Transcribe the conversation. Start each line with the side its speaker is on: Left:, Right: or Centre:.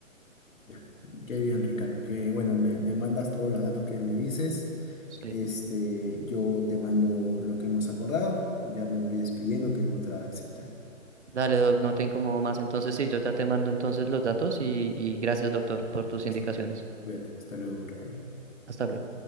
Left: Ya, qué bien, Ricardo, que bueno, me, me mandas todos los datos que me dices,
Right: Sí.
Left: este, yo te mando lo que hemos acordado, ya me voy despidiendo, tengo otra cita.
Right: Dale, Doc, no te incomodo más. Entonces sí, yo ya te mando entonces los datos y, y gracias, doctor, por tus
Left: Listo,
Right: indicaciones.
Left: cuídate, hasta luego, Ricardo.
Right: Hasta luego.